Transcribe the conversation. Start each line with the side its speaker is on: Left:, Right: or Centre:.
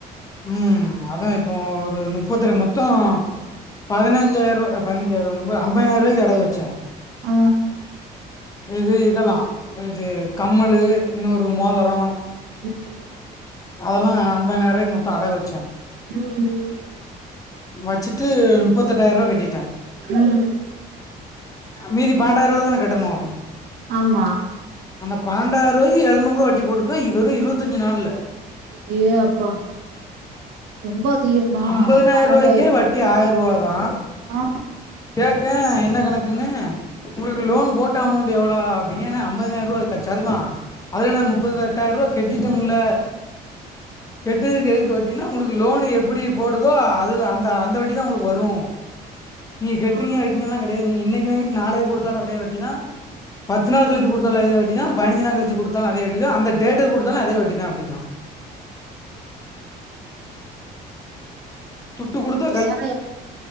Left: ம் அதா இப்போ ஒரு முப்பத்து ஏழு மொத்தோ பதிஞ்னசாயிரோ பதின்சாயிரோ அம்பதுனாயிரோ ரூபாய்க்கு அடகு வச்சே
Right: அ
Left: இது இதெல்லா இது கம்மலு இன்னொரு மோதரோ
Right: ம்
Left: அதெல்லா அம்பதுநாயிரருவாய்க்கு மொத்தோ அடகு வச்சே
Right: ம் ம்
Left: வச்சிட்டு முப்பத்தெட்டாயிரூவா கட்டிட்டே
Right: ம் ம்
Left: மீதி பண்ணெட்டய்ருவா தானே கட்டணு
Right: ஆமா
Left: அந்த பண்ணடய்ருவாக்கு எழுநூறுவ்வா வட்டி போட்டிருக்கா வெறு இருவத்தஞ்சு நாள்ல
Right: யே அப்பா ரொம்ப அதிகம
Left: ஐம்பதனாயிர
Right: பன்னெடாயிரோ
Left: ரூபாய்க்கே வட்டி ஆய்யர்ருதா
Right: அ
Left: கேக்கே என்ன கணக்குன்னு உங்ளுக்கு லோன் போட்ட அமௌண்ட் எவ்ளோ அப்டிங்கன்னா ஐம்பதாயிரோருவா க சரிதா அதுல நா முப்பத்து எட்டாயர்ருவா கட்டிட்டேம்ல கட்டுனதுக்கு எதுக்கு வட்டினா உங்ளுக்கு லோனு எப்டி போடுதோ அது அந்த அந்தவட்டி தா உங்ளுக்கு வரு நீங்க கட்றீங்க
Right: ஆ
Left: வைக்கீங்கலா கெடையாது நீங்க இன்னைக்கு வாங்கிட்டு நாளைக்கு குடுத்தாலு அதே வட்டிதா பத்து நாளு கழிச்சி குடுத்தாலு அதே வட்டிதா பதின்ஞ்ச் நாள் கழிச்சு குடுத்தாலு அதே வட்டி தா அந்த டேட்க்கு குடுத்தாலு அதே வட்டிதா அப்டிங்குறா துட்டு குடுத்து
Right: பெசான